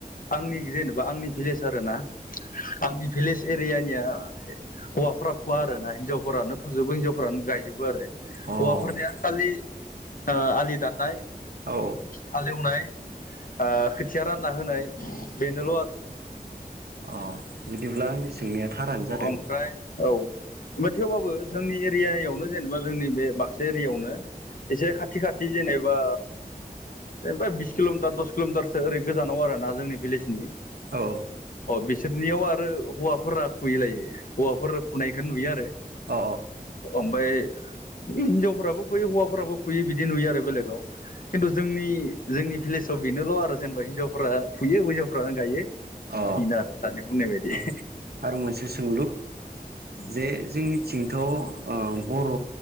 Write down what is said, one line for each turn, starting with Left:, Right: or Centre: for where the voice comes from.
Left: आंनि जेनेबा आंनि भिलेज आरो ना आंनि भिलेज एरियानिया हौवाफोरा फुवा आरो ना हिनजावफोरानो फुजोबो हिनजावफोरानो गायजोबो आरो। हौवाफोरनिया
Right: औ अ
Left: खालि आलि दाननाय
Right: औ
Left: हालेवनाय ओ खोथिया रानना होनाय बेनोल' आरो।
Right: अ' बिदिब्ला आंनि सोंनाया थारानो जादों
Left: ओमफ्राय औ ओफाय थेवबाबो जोंनि एरियायावनो जेनेबा जोंनि बे बाक्सा एरियायावनो एसे खाथि खाथि जेने बा जेनेबा बिस किल'मिटार दस किल'मिटारसो ओरै गोजानाव आरो ना जोंनि भिलेजनि
Right: औ
Left: अ बिसोरनियाव आरो हौवाफोरा फुयैलायो हौवाफोरा फुनायखौ नुयो आरो
Right: औ अ
Left: ओमफाइ हिनजावफोराबो फुयो हौवाफोराबो फैयो बिदि नुयो आरो बेलेगाव खिन्थु जोंनि जोंनि भिलेजाव बेनोल' आरोे जेनबा हिनजावफ्रा फुयो हिनजावफ्रानो गायो। इदिनो
Right: अ
Left: आरो दानि बुंनाय बायदि।
Right: अ आरो मोनसे सोंलु
Left: उम
Right: बे जोंनि थिंथ' ओ बर'